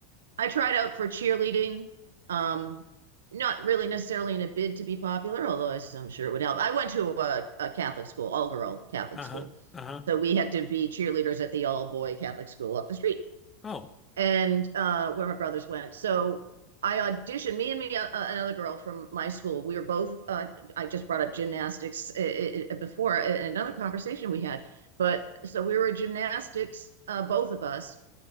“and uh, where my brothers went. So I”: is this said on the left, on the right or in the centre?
Right